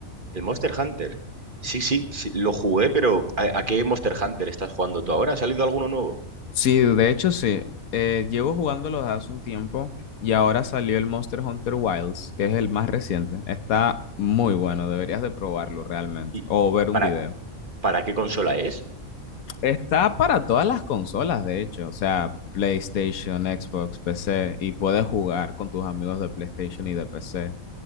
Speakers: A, on the right; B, on the left.
A: El Monster Hunter. Sí, sí, sí, lo jugué, pero ¿a, a qué Monster Hunter estás jugando tú ahora? ¿Ha salido alguno nuevo?
B: Sí, de hecho sí, Eh, llevo jugándolo desde hace un tiempo y ahora salió el Monster Hunter Wilds, que es el más reciente. Está muy bueno, deberías de probarlo realmente
A: ¿Y
B: o ver un
A: para,
B: video.
A: para qué consola es?
B: Está para todas las consolas, de hecho, o sea, PlayStation, Xbox, PC, y puedes jugar con tus amigos de PlayStation y de PC.